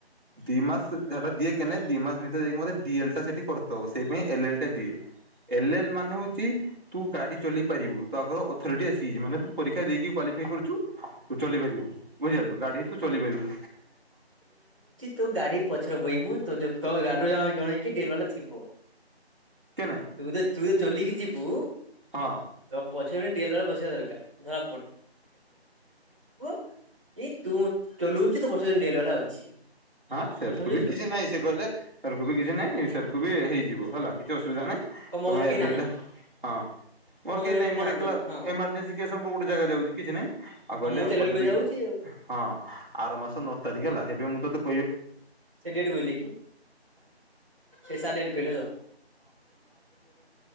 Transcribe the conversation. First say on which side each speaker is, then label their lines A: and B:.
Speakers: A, on the right (about 50°); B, on the right (about 30°).
A: ଦି ମାସ ସେଟା ଦିଏ କେ ଦି ମାସ ଭିତରେ ଯକିେ ଏଲା ସେଠି କରବ ସେଇ ଏଲଲ ଟା ଦି ଏଲଲ ମାନେ ହଉଛି ତୁ ଗାଡି ଚଲିପାରିବୁ ତ ଆଗର ଅଥରି ଆସିଯାଇଛି ମାନେ ତୁ ପରୀକ୍ଷା ଦେଇକି କ୍ୱାଲିଫ କରୁଛୁ ତୁ ଚକିପରିପାର ବୁଝିପାରିଲୁ ଗାଡି ତୁ ଚଲେଇପରିବୁ।
B: ତୁ ଗାଡି ପଛର ବଇବୁ ତ ତୋ ଗାଡି ପଛରେ କିଏ ଜଣେ ଡି ଏଲ୍ ବାଲା ଥିବ।
A: କିନେ
B: ତୁ ତ ତୁ ତ ଚଲିକି ଯିବୁ
A: ହଁ!
B: ତୋ ପଛରେ ଡିଏଲ୍ ବସିବା ଦରକାର <inaudible> କି ତୁ ଚଲଉଛିୁ ତୁ ପଛ ଦିନ ଡେଲ ବାଲା ଅଛି
A: ହଁ ସେରକୁ
B: କଥା ବୁଝିଲୁ
A: ବି କିଛି
B: ତ
A: ନହିଁ ସେ କହିଲେ ସେରକୁ ବି କିଛି ନହିଁ ସେରକୁ ବି ହେଇଯିବ। ହେ କିଛି ଅସୁବିଧାନାହିଁ
B: ମୋ
A: ତମେଲେ
B: ଘରେ କେହି ନାହିଁ।
A: ହଁ ମୋର
B: ମୋ ଆଗରେ
A: କେହି ନାଇଁ ମୋର
B: ଜାଣନ୍ତିନି
A: ଏକଲା
B: ହଁ
A: ଏମର୍ଜେନ୍ସୀ କେସ ସବୁ ଗୋଟେ ଜାଗା ଯାଉଛି କିଛିାଇଁ ଆଉ କହିଲେ
B: ମୁଁ ତ ଏଲ
A: ମତେ
B: ଏଲ କରି
A: ଟିକେ
B: ଯାଉଛି ଆଉ
A: ହଁ ଆର ମାସ ନଅ ତାରିଖ ହେଲା ସେପାଇ ମୁଁ ତତେ <unintelligible> କନିି
B: ସେ ଡେଟ୍ କହିଲେ କି ସେ ସାର୍ ଡେଟ୍ କହିଲେ ତ